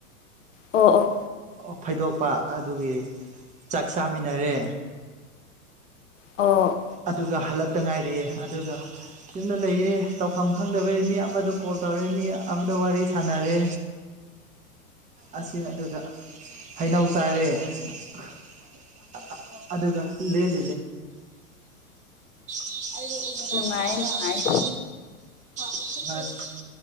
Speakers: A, on the left; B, on the right.
A: ꯑꯣ ꯑꯣ
B: ꯑꫭꯐꯩꯗꯣꯛꯄ ꯑꯗꯨꯒꯤ ꯆꯥꯛ ꯆꯥꯃꯤꯟꯅꯔꯦ
A: ꯑꯣ
B: ꯑꯗꯨꯒ ꯍꯜꯂꯛꯇ ꯉꯥꯏꯔꯤꯌ‌ꯦ ꯑꯗꯨꯒ ꯌꯨꯝꯗ ꯂꯩꯌꯦ ꯇꯧꯐꯝ ꯈꯪꯗꯕꯩ ꯃꯤ ꯑꯃꯗ ꯀꯣꯜ ꯇꯧꯔꯦ ꯃꯤ ꯑꯃꯗ ꯋꯥꯔꯤ ꯁꯥꯟꯅꯔꯦ ꯑꯁꯤ ꯑꯗꯨꯒ ꯍꯩꯅꯧ ꯆꯥꯔꯦ <unintelligible> ꯑꯗꯨꯒ <unintelligible> <unintelligible>
A: ꯅꯨꯡꯉꯥꯏ ꯅꯨꯡꯉꯥꯏ
B: <unintelligible>